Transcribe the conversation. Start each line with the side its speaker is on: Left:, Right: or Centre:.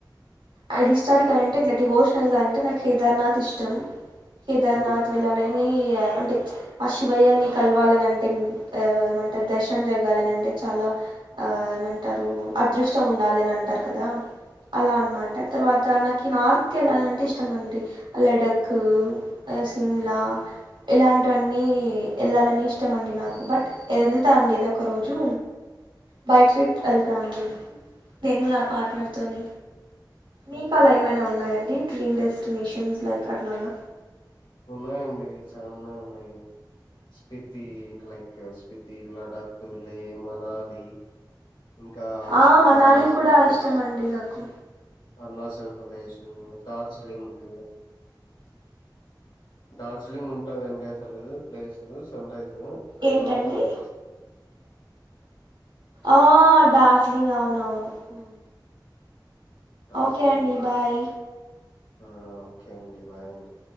Right: అది హిస్టారికల్ అంటే ఇట్లా డివోషనల్గా అంటే నాకు కేదార్నాథ్ ఇష్టం కేదార్నద్
Left: మ్మ్
Right: వేల్లలని అంటే ఆ శివయ్యని కలవాలని అంటే అ ఏమంటారు దర్శనం జరగాలని అంటే చాలా ఆ అంటారు అదృష్టం ఉండాలి అని అంటారు కదా అలా అనమాట తర్వాత నాకు నార్త్ ెళ్ళాలంటే ఇష్టమండి లడక్ సిమ్లా ఇలాంటివన్నీ వెళ్ళాలని ఇష్ ఇష్టమండి నాకు బట్ వెళ్తా అండి ఏదో ఒక రోజు బైక్ ట్రిప్ వెళ్తా అండి నేను నా పార్ట్నర్తోని మీకు
Left: ఓకే
Right: అలా ఏమైనా ఉన్నాయండి డ్రీమ్ డెస్టినేషన్ న్స్ లీక్ అట్లాగా
Left: ఉన్నాయండి చాలానే ఉన్నాయి స్ఫీతి ైక్ స్ఫీతి లడక్ లే మనాలీ ఇంకా
Right: ఆ మనాలి
Left: అరుణాచల్
Right: కూడా
Left: ప్రదేశ్
Right: ఇష్టం అండి నాకు
Left: అరుణాచల్ ప్రదేశ్ డార్జిలింగ్ డార్జిలింగ్ ఉంటదండి అసలు ప్లేస్ సన్ రైస్ బలే
Right: ఏంటండి
Left: ఉంటదండి అస
Right: ఆ దార్జిలింగ్ అవునవును అ
Left: డార్జిలింగ్
Right: ఓకే అండి బాయ్
Left: ఆ ఓకే అండి బాయ్ అండి